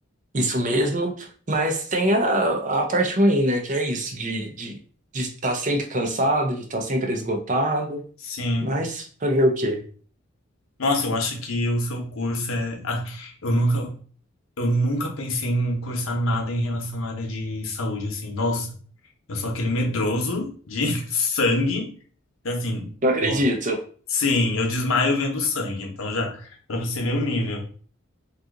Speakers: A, on the right (about 35°); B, on the left (about 80°).
A: isso mesmo. Mas tem a, a parte ruim, né? Que é isso, de de de estar sempre cansado, de estar sempre esgotado.
B: Sim.
A: Mas fazer o quê?
B: Nossa, eu acho que o seu curso é. ah, eu nunca, eu nunca pensei em cursar nada em relação à área de saúde, assim. Nossa, eu sou aquele medroso de <laughs> sangue. Então, assim,
A: Não acredito.
B: nossa. Sim, eu desmaio vendo sangue. Então, já, pra você ver o nível.